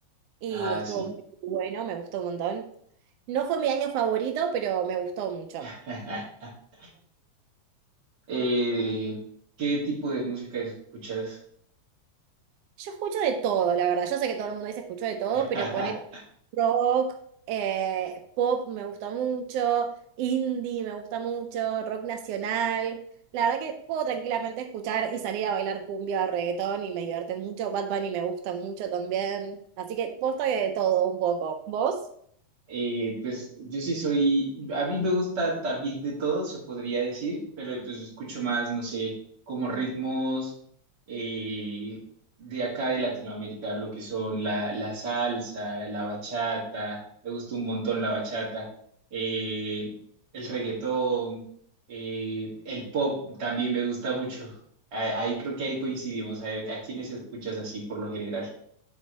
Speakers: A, on the right; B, on the right.
A: y
B: así.
A: estuvo muy bueno, me gustó un montón. No fue mi año favorito, pero me gustó mucho.
B: <laughs> Eh, ¿qué tipo de música escuchas?
A: Yo escucho de todo, la verdad. Yo sé que todo el mundo dice escucho de todo,
B: <laughs>
A: pero poner rock, eh, pop me gusta mucho, indie me gusta mucho, rock nacional. La verdad que puedo tranquilamente escuchar y salir a bailar cumbia o reggaetón y me divierte mucho. Bad Bunny me gusta mucho también. Así que posta que de todo un poco. ¿Vos?
B: Eh, pues yo sí soy, a mí me gusta también de todo, se podría decir, pero pues escucho más, no sé, como ritmos eh, de acá de Latinoamérica, lo que son la, la salsa, la bachata, me gusta un montón la bachata, eh, el reggaetón, eh, el pop también me gusta mucho. A- Ahí creo que ahí coincidimos, a ver, ¿a quiénes escuchas así por lo general?